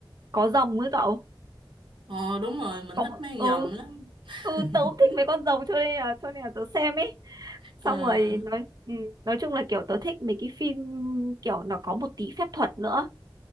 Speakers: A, on the right; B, on the right.
A: có rồng ấy cậu
B: Ờ đúng rồi, mình
A: có
B: thích mấy con
A: ừ
B: rồng lắm.
A: ừ
B: <laughs>
A: tớ cũng thích mấy con rồng cho nên là cho nên là tớ xem ấy xong
B: Ờ.
A: rồi nói ừ, nói chung là kiểu tớ thích mấy cái phim kiểu nó có một tí phép thuật nữa